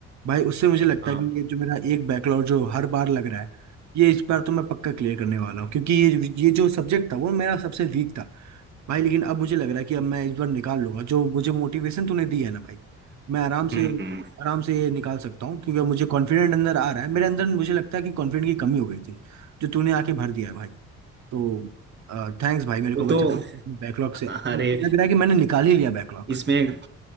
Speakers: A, on the right (about 65°); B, on the right (about 35°).
A: भाई उससे मुझे लगता
B: हाँ
A: है कि ये जो मेरा एक बैकलॉग जो हर बार लग रहा है ये इस बार तो मैं पक्का क्लियर करने वाला हूँ क्योंकि ये ये जो सब्जेक्ट था वो मेरा सबसे वीक था भाई लेकिन अब मुझे लग रहा है कि अब मैं इस बार निकाल लूंगा जो मुझे मोटिवेशन तूने दी है ना भाई मैं आराम से
B: हम्म हम्म।
A: आराम से ये निकाल सकता हूँ क्योंकि अब मुझे कॉन्फिडेंट अंदर आ रहा है मेरे अंदर मुझे लगता है कि कॉन्फिडेंट की कमी हो गई थी जो तूने आके भर दिया है भाई तो थैंक्स भाई मेरे को
B: वो
A: बचाने
B: तो
A: बैकलॉग से
B: अरे
A: लग रहा है कि मैंने निकाल ही लिया बैकलॉग
B: इसमें